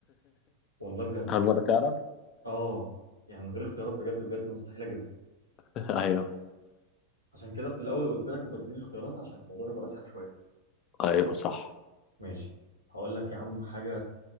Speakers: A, on the right (about 80°); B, on the left (about 35°).
A: والله بجد
B: هل مرة تعرف
A: اه يعني من غير اختيارات بجد بجد مستحيل اجيبها
B: <laughs> ايوه
A: عشان كده في الاول قلت لك ابقى اديني اختيارات عشان الموضوع يبقى اسهل شويه
B: ايوه صح
A: ماشي هقول لك يا عم حاجه